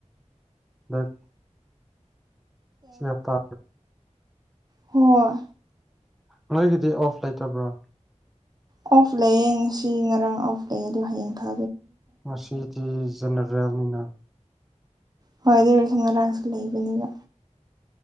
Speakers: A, in the centre; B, on the right.
A: ꯑ ꯁꯤ ꯇ
B: ꯍꯣꯏꯣꯏ
A: ꯅꯣꯏꯒꯤꯗꯤ ꯑꯣꯐ ꯂꯩꯇꯕ꯭ꯔꯣ
B: ꯑꯣꯐ ꯂꯩꯌꯦ ꯉꯁꯤ ꯉꯔꯥꯡ ꯑꯣꯐ ꯂꯩꯌꯦ ꯑꯗꯨꯗꯣ ꯍꯌꯦꯡ ꯊ
A: ꯃꯁꯤꯗꯤ ꯖꯅꯔꯅꯤꯅ
B: ꯍꯣꯏ ꯑꯗꯨꯁ ꯉꯔꯥꯡꯁꯨ ꯂꯩꯕꯅꯤꯕ